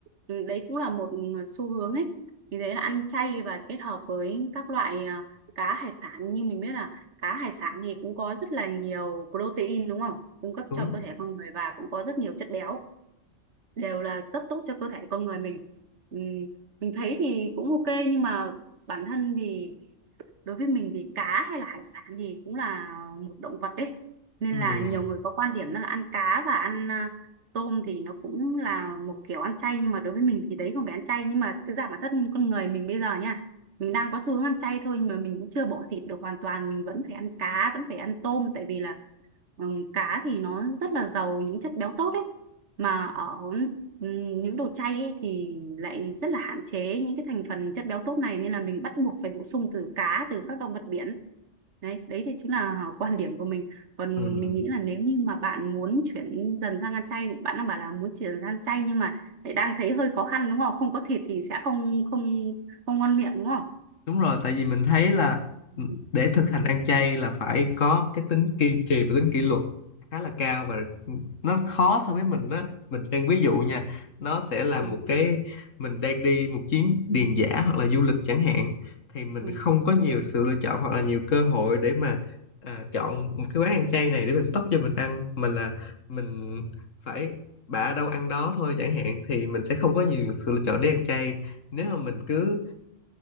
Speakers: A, on the right; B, on the left.
A: Ừ. Đấy cũng là một xu hướng ấy. Vì thế là ăn chay và kết hợp với các loại à, cá hải sản như mình biết là cá hải sản thì cũng có rất là nhiều protein đúng không? Cung cấp
B: đúng
A: cho cơ thể con người và cũng có rất nhiều chất béo đều là rất tốt cho cơ thể con người mình. Ừ. Mình thấy thì cũng ok nhưng mà bản thân thì đối với mình thì cá hay là hải sản thì cũng là một động vật đấy nên
B: Ừm,
A: là nhiều người có quan điểm đó là ăn cá và ăn à, tôm thì nó cũng là một kiểu ăn chay nhưng mà đối với mình thì đấy không phải ăn chay nhưng mà thực ra bản thân con người mình bây giờ nha mình đang có xu hướng ăn chay thôi nhưng mà mình cũng chưa bỏ thịt được hoàn toàn mình vẫn phải ăn cá vẫn phải ăn tôm tại vì là ừm, cá thì nó rất là giàu những chất béo tốt ấy mà ở ừm, những đồ chay ấy, thì lại rất là hạn chế những cái thành phần chất béo tốt này nên là mình bắt buộc phải bổ sung từ cá từ các động vật biển đấy đấy thì chính là <laughs> quan điểm của mình còn
B: ừm,
A: mình nghĩ là nếu như mà bạn muốn chuyển dần sang ăn chay bạn đang bảo là muốn chuyển sang chay nhưng mà lại đang thấy hơi khó khăn đúng không không có thịt thì sẽ không không không ngon miệng đúng không
B: Đúng rồi, tại vì mình thấy là
A: ừ,
B: để thực hành ăn chay là phải có cái tính kiên trì và tính kỷ luật khá là cao và nó khó so với mình đó. Mình đang ví dụ nha, nó sẽ là
A: ừ,
B: một cái mình đang đi một chuyến điền dã hoặc là du lịch chẳng hạn thì mình
A: ừ,
B: không có nhiều sự lựa chọn hoặc là nhiều cơ hội để mà à, chọn một cái quán ăn chay này để mình tấp cho mình ăn mà là mình phải bả đâu ăn đó thôi chẳng hạn thì mình sẽ không có nhiều sự lựa chọn để ăn chay. Nếu mà mình cứ